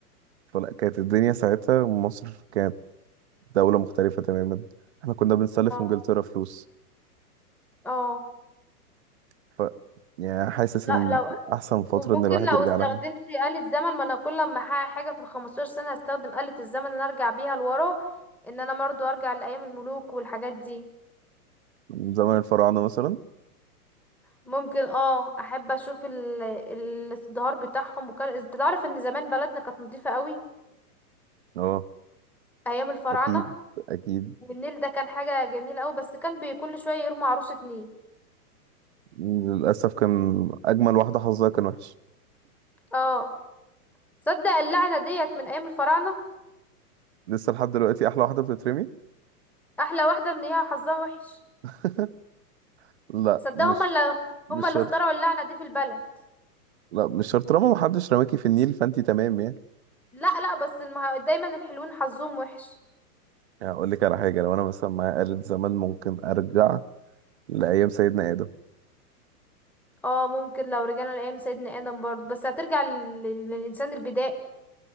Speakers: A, on the right (about 45°); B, in the centre.
A: فلا كانت الدنيا ساعتها مصر كانت دولة مختلفة تماما احنا كنا بنسلف
B: اه
A: إنجلترا فلوس
B: اه
A: ف يعني حاسس
B: لا
A: إن
B: لو
A: دي أحسن فترة
B: وممكن
A: إن الواحد
B: لو
A: يرجع
B: استخدمت
A: لها
B: آلة زمن ما انا كل ما احقق حاجة في الخمستاشر سنة هستخدم آلة الزمن ان أنا ارجع بيها لورا ان انا برضو ارجع لايام الملوك والحاجات دي
A: من زمن الفراعنة مثلا
B: ممكن اه احب اشوف ال... الازدهار بتاعهم وكان انت تعرف ان زمان بلدنا كانت نضيفة قوي
A: اه
B: ايام الفراعنه
A: أكيد أكيد
B: والنيل ده كان حاجه جميله قوي بس كان بي- كل شويه يرموا عروسه نيل
A: للأسف كان أجمل واحدة حظها كان وحش
B: اه صدق اللعنه ديت من ايام الفراعنه
A: لسه لحد دلوقتي أحلى واحدة بتترمي
B: احلى واحده ان هي حظها وحش
A: <laughs> لا
B: صدق
A: مش
B: هما اللي
A: مش
B: هما اللي
A: شرط
B: اخترعوا اللعنه دي في البلد
A: لا مش شرط طالما محدش رماكي في النيل فأنتي تمام يعني
B: لا لا بس المه... دايما الحلوين حظهم وحش
A: اقول لك على حاجه لو انا مثلا معايا آلة زمان ممكن ارجع لايام سيدنا ادم
B: اه ممكن لو رجعنا لايام سيدنا ادم برضه بس هترجع لل... للانسان البدائي